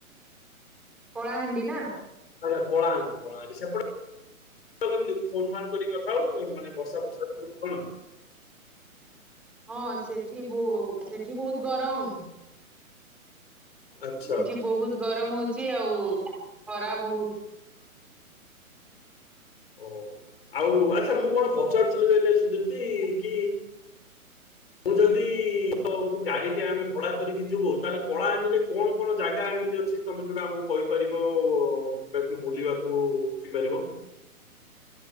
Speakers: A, in the centre; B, on the left.
A: କଳାହାଣ୍ଡି ନା।
B: ଆଜ୍ଞା କଳାହାଣ୍ଡି କଳାହାଣ୍ଡି ସେପଟେ କେମତି ଫୋନ ଫାନ୍ କରି କଥା ହଉଚନ୍ତି ମାନେ ବର୍ଷା ଫର୍ଷା ଟିକେ କମା
A: ହଁ ସେଠି ବୋ ସେଠି ବହୁତ ଗରମ୍।
B: ଆଚ୍ଛା
A: ଏଠି ବହୁତ ଗରମ ହଉଚି ଆଉ ଖରା ବହୁତ।
B: ଓହୋ ଆଉ ଆଛା ମୁଁ କଣ ପଚାରୁଥିଲି କଇଲେ ସେ ଦିଦି କି ମୁ ଯଦି ଗାଡ଼ି ଟେ ଆମେ ଭଡ଼ା କରିକି ଯିବୁ ତାହେଲେ କଳାହାଣ୍ଡିରେ କଣ କଣ ଜାଗା ଆମେ ଏମିତି ଅଛି ତମେ ଯୋଉଟା ଆମକୁ କହିପାରିବ ଯୋଉଟା କି ବୁଲିବାକୁ ଯାଇପାରିବ। <inaudible>